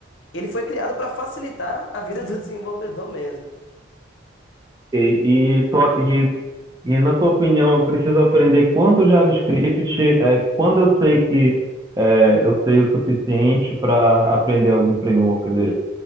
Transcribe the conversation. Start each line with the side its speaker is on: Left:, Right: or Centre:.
Left: Ele foi criado para facilitar a vida do desenvolvedor mesmo.
Right: E, e, to- e E na tua opinião, eu preciso aprender quanto JavaScript, é, quando eu sei que é, eu sei o suficiente para aprender algum framework dele?